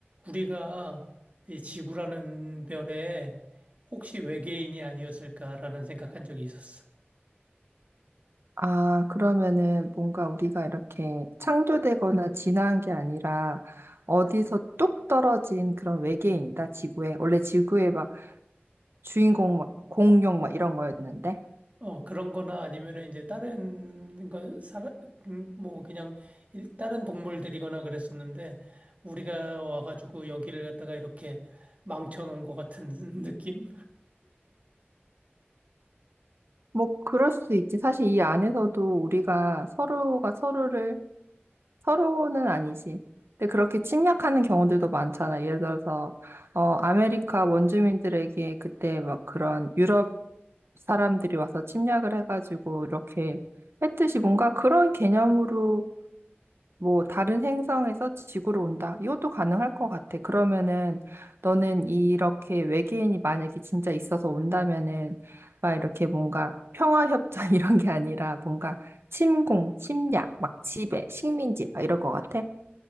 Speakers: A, on the right; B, on the right.
A: 우리가 이 지구라는 별에 혹시 외계인이 아니었을까라는 생각한 적이 있었어.
B: 아, 그러면은 뭔가 우리가 이렇게 창조되거나 진화한 게 아니라 어디서 뚝 떨어진 그런 외계인이다, 지구에. 원래 지구에 막 주인공 막 공룡 막 이런 거였는데.
A: 어, 그런 거나 아니면은 이제 다른 거, 살아, 음, 뭐 그냥 일- 다른 동물들이거나 그랬었는데 우리가 와가지고 여기를 갖다가 이렇게 망쳐놓은 것 같은 <laughs> 느낌?
B: 뭐 그럴 수도 있지. 사실 이 안에서도 우리가 서로가 서로를, 서로는 아니지. 근데 그렇게 침략하는 경우들도 많잖아. 예를 들어서, 어, 아메리카 원주민들에게 그때 막 그런 유럽 사람들이 와서 침략을 해가지고 이렇게 했듯이 뭔가 그런 개념으로 뭐 다른 행성에서 지구로 온다. 이것도 가능할 것 같아. 그러면은 너는 이렇게 외계인이 만약에 진짜 있어서 온다면은 막 이렇게 뭔가 평화협정 <laughs> 이런 게 아니라 뭔가 침공, 침략, 막 지배, 식민지 막 이럴 것 같아.